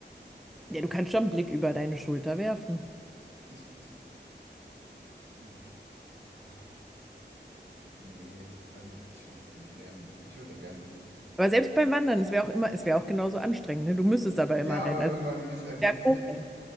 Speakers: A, in the centre; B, on the right.
A: Ja, du kannst schon einen Blick über deine Schulter werfen.
B: Ich, ich, boah, ja. Nee, also ich weiß nicht, rennen. Ich würde rennen.
A: Aber selbst beim Wandern, es wäre auch immer, es wäre auch genauso anstrengend, ne? Du müsstest aber
B: Ja,
A: immer
B: aber
A: rennen. Also
B: irgendwann bin ich halt so
A: ja,
B: fit.
A: hochrennen.